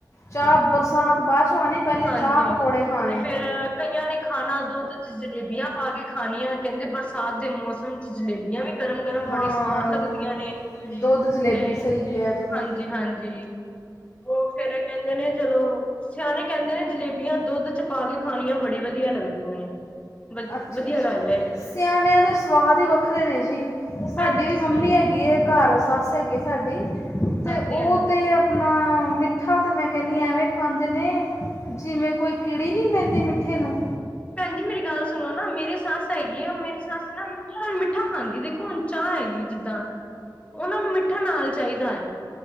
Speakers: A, on the left; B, on the left.
A: ਚਾਹ ਬਰਸਾਤ ਬਾਅਦ 'ਚ ਆਣੀ ਪਹਿਲੇ
B: ਹਾਂਜੀ
A: ਚਾਹ ਪਕੌੜੇ ਖਾਣੇ
B: ਤੇ ਫੇਰ ਕਈਆਂ ਨੇ ਖਾਣਾ ਦੁੱਧ ਚ ਜਲੇਬੀਆਂ ਪਾ ਕੇ ਖਾਣੀਆਂ ਕਹਿੰਦੇ ਬਰਸਾਤ ਬਰਸਾਤ ਦੇ ਮੌਸਮ ਚ ਜਲੇਬੀਆਂ ਵੀ ਗਰਮ ਗਰਮ
A: ਹਾਂ
B: ਬੜੀ ਸਵਾਦ ਲੱਗਦੀਆਂ ਨੇ
A: ਦੁੱਧ ਜਲੇਬੀ
B: ਤੇ
A: ਸਹੀ ਕਿਹਾ ਤੁਸੀਂ
B: ਹਾਂਜੀ ਹਾਂਜੀ ਉਹ ਫਿਰ ਕਹਿੰਦੇ ਨੇ ਚਲੋ ਸਿਆਣੇ ਕਹਿੰਦੇ ਨੇ ਜਲੇਬੀਆਂ ਦੁੱਧ ਚ ਪਾ ਕੇ ਖਾਣੀਆ ਬੜੀ ਵਧੀਆ ਲੱਗਦੀਆਂ ਨੇ ਵ
A: ਅੱਛਾ
B: ਵਧੀਆ
A: ਸ-
B: ਗੱਲ ਹੈ
A: ਸਿਆਣਿਆਂ ਦੇ ਸਵਾਦ ਹੀ ਵੱਖਰੇ ਨੇ ਜੀ
B: ਉਹ
A: ਸਾਡੀ
B: ਭੈਣ ਜੀ
A: ਵੀ ਮੰਮੀ ਹੈਗੀ ਹੈ ਘਰ ਸੱਸ
B: ਹਾਂ
A: ਹੈਗੀ ਸਾਡੀ ਅਤੇ
B: ਹਾਂਜੀ-ਹਾਂਜੀ
A: ਉਹ ਤੇ ਆਪਣਾ ਮਿੱਠਾ ਤਾਂ ਮੈਂ ਕਹਿੰਦੀ ਐਵੇਂ ਖਾਂਦੇ ਨੇ ਜਿਵੇਂ ਕੋਈ ਕੀੜੀ ਨਹੀਂ ਪੈਂਦੀ ਮਿੱਠੇ ਨੂੰ
B: ਭੈਣਜੀ ਮੇਰੀ ਗੱਲ ਸੁਣੋ ਨਾ ਮੇਰੀ ਸੱਸ ਹੈਗੀ ਆ ਮੇਰੀ ਸੱਸ ਨਾ ਕਿਨਾ ਮਿੱਠਾ ਖਾਂਦੀ ਦੇਖੋ ਹੁਣ ਚਾਹ ਹੈਗੀ ਜਿੱਦਾਂ ਉਹਨਾਂ ਨੂੰ ਮਿੱਠਾ ਨਾਲ ਚਾਹੀਦਾ ਹੈ